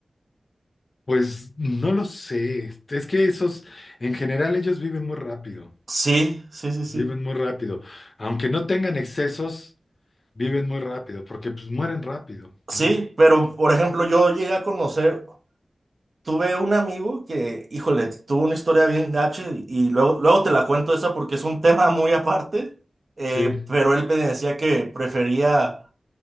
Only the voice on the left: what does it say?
Pues no lo sé. Este, Es que esos, en general, ellos viven muy rápido.
Viven muy rápido. Aunque no tengan excesos, viven muy rápido, porque pues mueren rápido,
¿no?
Sí.